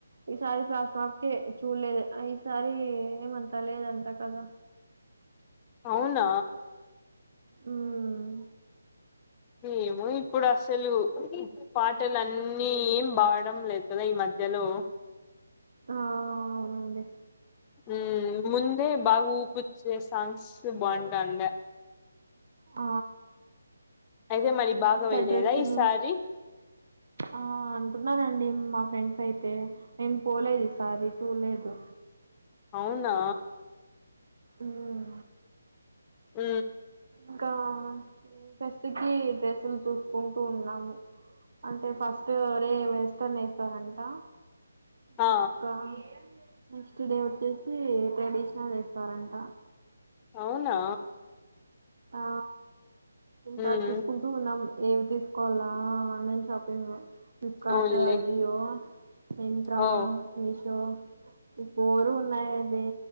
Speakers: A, on the right; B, on the left.
A: ఈసారి ప్లాస్మాప్ క చూడలేదు ఈసారి ఏమంతాలే ఈ దంతా కదా
B: అవునా
A: ఉమ్
B: ఏమ ఇప్పుడు అసలు పాటలు అన్నీ ఏం బవడం లేదు కదా ఈ మధ్య హలో
A: ఆ అవునండి
B: ఉ ముందే బాగా ఊపిచ్చే సాంగ్స్ బాగుంటాండ
A: ఆ
B: అయితే
A: ఉమ్
B: మరి బాగా
A: ఇంకా
B: వేయలేదా
A: డ్రెస్సులు
B: ఈసారి
A: ఆ అంటున్నారండి మా ఫ్రెండ్స్ అయితే నేను పోలేదు ఈసారి చూడలేదు
B: అవునా
A: ఉమ్
B: ఉ
A: ఇంకా ఫస్ట్ కి డ్రెస్సులు చూసుకుంటూ ఉన్నాము అంటే ఫస్ట్ రే వేస్తాన్ వేస్తారంట
B: ఆ
A: ఇంకా నెక్స్ట్ డే వచ్చేసి ట్రెడిషనల్ వేస్తారంట
B: అవునా
A: ఆ ఇంకా
B: ఉమ్
A: చూసుకుంటూ ఉన్నాం ఏవి తీసుకోవాలా ఆన్లైన్ షాపింగ్ ఫ్లిప్కార్ట్
B: అవునులే
A: అజియో ఇంట్రా
B: ఓ
A: మీషో ఇ ఊరు ఉన్నాయండి